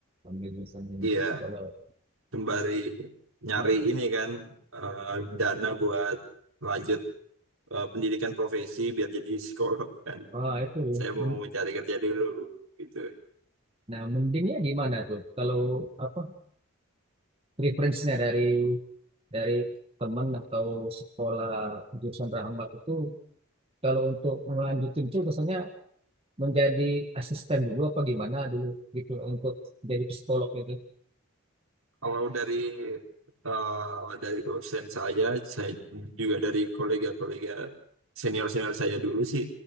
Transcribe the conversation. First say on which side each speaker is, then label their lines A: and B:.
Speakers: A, on the right; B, on the right.
A: Ambil jurusan yang
B: Iya.
A: psikolog.
B: sembari nyari
A: Ah,
B: ini kan eh, dana buat lanjut eh, pendidikan profesi biar jadi psikolog kan.
A: ah, itu.
B: Saya mau
A: Men-
B: cari kerja dulu gitu.
A: Nah, mendingnya gimana tuh? Kalau apa preferensinya dari dari teman atau sekolah jurusan Rahmat itu kalau untuk melanjutin itu biasanya menjadi asisten dulu apa gimana dulu gitu untuk jadi psikolog gitu.
B: Kalau dari eh, dari dosen saya, saya juga dari kolega-kolega senior-senior saya dulu sih,